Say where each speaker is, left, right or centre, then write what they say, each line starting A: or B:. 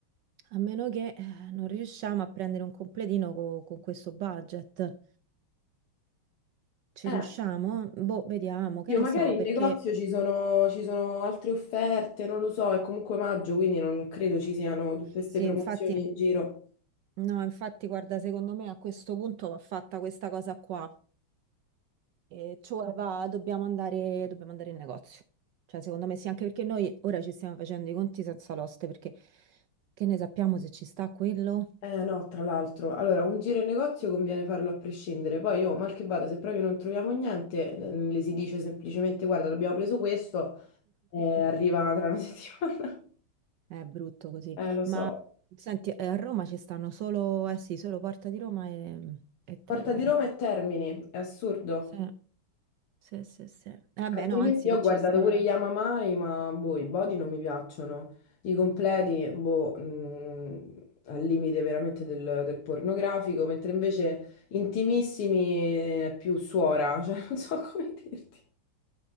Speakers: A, on the right; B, on the left.
A: A meno che eh, non riusciamo a prendere un completino co- con questo budget. Ci
B: Eh,
A: riusciamo? Boh, vediamo, che
B: io
A: ne
B: magari
A: so,
B: in
A: perché
B: negozio ci sono, ci sono altre offerte, non lo so, è comunque maggio, quindi non credo ci siano tutte queste
A: sì,
B: promozioni
A: infatti,
B: in giro.
A: no, infatti, guarda, secondo me a questo punto va fatta questa cosa qua. E cioè, va, dobbiamo andare, dobbiamo andare in negozio. Cioè, secondo me sì, anche perché noi ora ci stiamo facendo i conti senza l'oste, perché che ne sappiamo se ci sta quello?
B: Eh no, tra l'altro, allora un giro in negozio conviene farlo a prescindere, poi io mal che vada, se proprio non troviamo niente, eh, le si dice semplicemente guarda, abbiamo preso questo, eh, arriva tra una <laughs> settimana.
A: È brutto così.
B: Eh, lo so.
A: Ma senti, eh, a Roma ci stanno solo, eh sì, solo Porta di Roma e, e Termini.
B: Porta di Roma e Termini, è assurdo.
A: Sì, sì, sì, sì. Eh beh,
B: Altrimenti
A: no, anzi
B: io
A: che
B: ho
A: ci
B: guardato
A: stanno.
B: pure gli Amamai, ma boh, i body non mi piacciono. I completi, boh, mm, al limite veramente del, del pornografico, mentre invece intimissimi è più suora, <laughs> cioè non so come dirti.